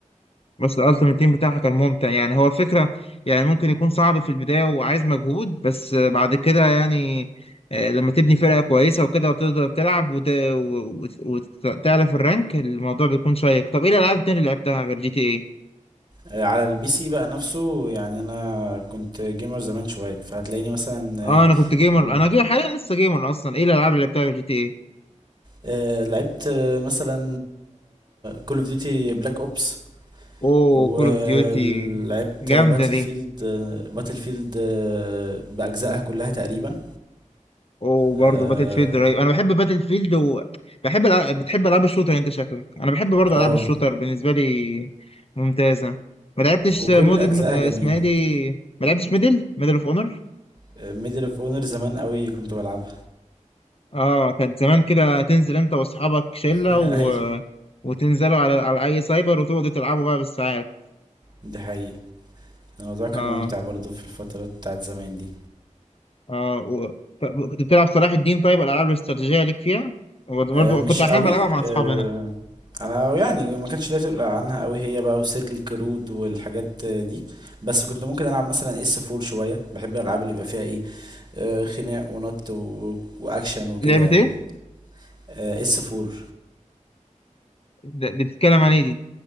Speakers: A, on the left (about 50°); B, on the right (about 35°).
A: بس الالتيميت تيم بتاعها كان ممتع يعني هو فكرة يعني ممكن يكون صعب في البداية وعايز مجهود بس بعد كده يعني آه، لما تبني فرقة كويسة وكده وتقدر تلعب وت... وت- وتعلى في الرانك الموضوع بيكون شيق طب ايه الالعاب التانية اللي لعبتها غير جي تي ايه؟
B: آه، على البي سي بقى نفسه يعني انا كنت جيمر زمان شويه فهتلاقيني مثلا آه،
A: اه انا كنت جيمر
B: مم،
A: انا جيمر حاليا لسه جيمر اصلا ايه الالعاب اللي لعبتها غير جي تي ايه؟
B: آه، لعبت آه، مثلا كول اوف ديوتي بلاك اوبس
A: اوه
B: ولعبت
A: كول اوف ديوتي جامدة
B: باتل
A: دي
B: فيلد باتل فيلد باجزائها كلها تقريبا
A: وبرضه
B: اه
A: باتل فيلد رهيب انا بحب باتل فيلد وبحب الع... بتحب العاب الشوتر انت شكلك انا بحب برضه
B: آه،
A: العاب الشوتر بالنسبه لي ممتازه ما لعبتش
B: وكل
A: مود
B: اجزائها
A: اسمها
B: جميله
A: إيه دي ما لعبتش ميدل ميدل اوف اونر
B: ميدل اوف اونر زمان قوي كنت بلعبها
A: اه كانت زمان كده تنزل انت واصحابك شله
B: <laughs>
A: و...
B: ايوه
A: وتنزلوا على... على اي سايبر وتقعدوا تلعبوا بقى بالساعات
B: دي حقيقة الموضوع كان
A: اه
B: ممتع برضو في الفترة بتاعت زمان دي
A: اه و... ف- كنت بتلعب صلاح الدين طيب الالعاب الاستراتيجيه ليك فيها برضه
B: آه، مش
A: كنت احيانا
B: قوي
A: بلعبها مع
B: آه،
A: اصحابي انا
B: انا يعني ما كانش ليا تقول عنها قوي هي بقى وسيرة الكرود والحاجات آه، دي بس كنت ممكن العب مثلا اس 4 شويه بحب الالعاب اللي يبقى فيها ايه آه، خناق ونط و- واكشن وكده
A: لعبه
B: يعني
A: ايه
B: آه اس 4
A: ده- دي بتتكلم عن ايه دي